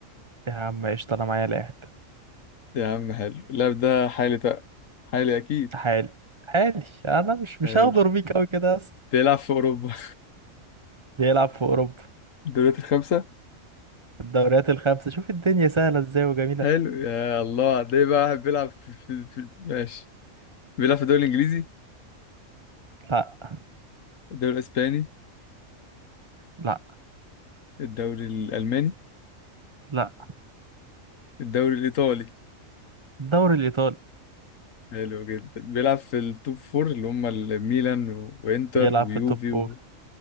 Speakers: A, on the right; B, on the left.
A: يا عم قشطه انا معايا لاعب
B: يا عم حلو اللاعب ده حالي بقى حالي اكيد
A: تعالي تعالي انا مش مش
B: حلو
A: هغدر بيك قوي كده يا اسطى
B: بيلعب في اوروبا
A: بيلعب في اوروبا
B: <laughs> الدوريات الخمسه
A: الدوريات الخمسة شوف الدنيا سهلة ازاي وجميلة
B: حلو يا الله ده بقى واحد بيلعب في, في, في ماشي بيلعب في الدوري الانجليزي
A: لا
B: الدوري الاسباني
A: لا
B: الدوري الالماني
A: لا
B: الدوري الايطالي
A: الدوري الإيطالي
B: حلو جدا بيلعب في التوب فور اللي هم الميلان و- وانتر
A: بيلعب
B: ويوفي
A: في التوب فور
B: و...